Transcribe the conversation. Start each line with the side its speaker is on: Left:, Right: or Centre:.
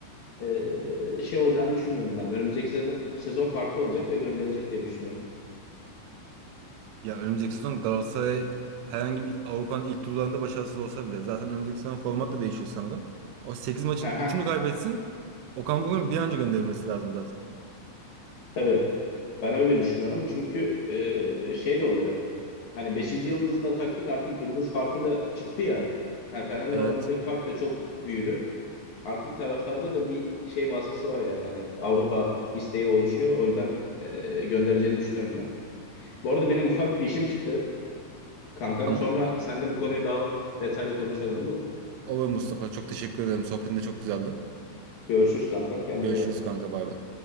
Left: e, şey olacağını düşünmüyorum ben. Önümüzdeki sezon, sezon farklı olacak ve gönderilecek diye düşünüyorum.
Right: Ya önümüzdeki sezon Galatasaray herhangi bir Avrupa'nın ilk turlarında başarısız olsa bile zaten önümüzdeki sezon format da değişiyor sanırım. O sekiz maçın
Left: Haha,
Right: üçünü kaybetsin. Okan Buruk'un bir an önce gönderilmesi lazım zaten.
Left: Tabii ben öyle düşünüyorum çünkü e, şey de oluyor. Hani 5. yıldızda taktık artık yıldız farkı da çıktı ya. Hani Fener'le
Right: Evet,
Left: aramızdaki fark da çok büyüdü. Artık taraftarda da bir şey baskısı var yani. Hani Avrupa isteği oluşuyor. O yüzden e, göndereceğini düşünüyorum ben. Bu arada benim ufak bir işim çıktı kankam.
Right: tamamdır.
Left: Sonra sen de bu konuyu daha detaylı konuşalım olur mu?
Right: Olur Mustafa. Çok teşekkür ederim. Sohbetin de çok güzeldi.
Left: Görüşürüz kankam. Kendine
Right: Görüşürüz
Left: iyi bak.
Right: kanka. Bay bay.